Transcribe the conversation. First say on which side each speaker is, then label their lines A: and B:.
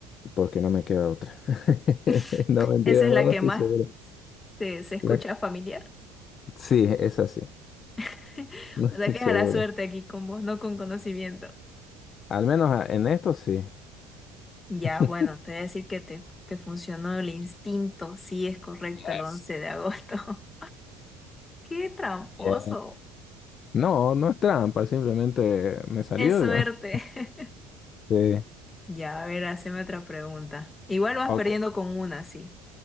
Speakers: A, on the left; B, on the left.
A: Porque no me queda otra. <laughs>
B: <laughs>
A: No, mentira,
B: Esa es
A: no,
B: la
A: no
B: que
A: estoy
B: más
A: seguro.
B: te, se escucha
A: La-
B: familiar.
A: Sí, es así.
B: <laughs>
A: No estoy
B: O sea que
A: seguro.
B: es a la suerte aquí con vos, no con conocimiento.
A: Al menos ah, en esto sí.
B: Ya,
A: <laughs>
B: bueno, te voy a decir que te, te funcionó el instinto. Sí, es correcto
A: Yes.
B: el once de agosto. <laughs> ¡Qué tramposo!
A: Yes. No, no es trampa, simplemente me salió
B: Es suerte.
A: de... <laughs>
B: <laughs>
A: Sí.
B: Ya, a ver, haceme otra pregunta. Igual vas
A: Ok.
B: perdiendo con una, sí.